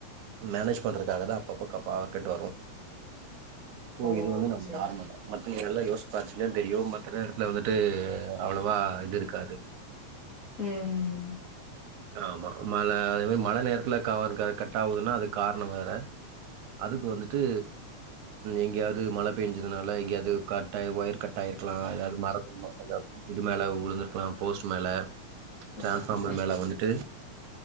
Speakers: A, on the right; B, on the left.
A: மேனேஜ் பண்றதுக்காக தா அப்பப்போ கா பவர் கட் வரும் சோ
B: ஓ
A: இது வந்து நம்ம
B: சேரி
A: நார்மல்
B: சேரி
A: தா மத் நீங்க நல்லா யோசுப்பாச்சுங்னா தெரியு மத்த நேரத்துல வந்துட்டு அவ்ளவா இது இருக்காது
B: ம் ம் ம்
A: ஆமா மழ அதே மாரி மழ நேரத்துல காவன் கட் கட்டாவுதுன்னா அதுக் காரணோ வேற அதுக் வந்துட்டு எங்கேயாது மழ பெயஞ்சதுனால எங்கேயாது கட்டாய் ஒயர் கட்டாயிருக்கலா ஏதாவது மரத்து <unintelligible> மேல இது மேல உழுந்திருக்கலா போஸ்ட் மேல டிரான்ஸ்பார்மர்
B: ம்
A: மேல வந்துட்டு